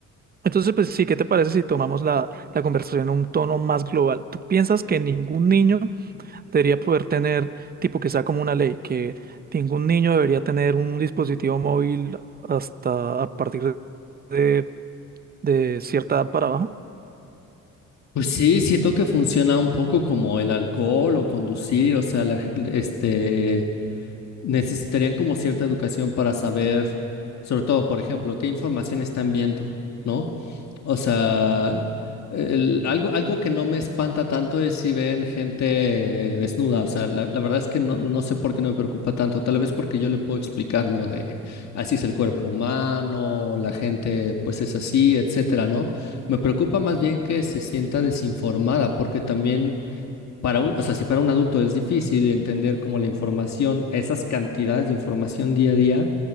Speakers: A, on the right; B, on the left.
A: entonces, pues sí, ¿qué te parece si tomamos la, la conversación a un tono más global? ¿Tú piensas que ningún niño debería poder tener, tipo que sea como una ley, que ningún niño debería tener un dispositivo móvil hasta a partir de, de cierta edad para abajo?
B: Pues sí, siento que funciona un poco como el alcohol o conducir, o sea, la, este necesitarían como cierta educación para saber, sobre todo, por ejemplo, qué información están viendo, ¿no? O sea, el- algo, algo que no me espanta tanto es si ven gente eh, desnuda. O sea, la, la verdad es que no, no sé por qué no me preocupa tanto. Tal vez porque yo le puedo explicar, ¿no? De así es el cuerpo humano, la gente pues es así, etcétera, ¿no? Me preocupa más bien que se sienta desinformada, porque también para un, o sea, si para un adulto es difícil entender como la información, esas cantidades de información día a día,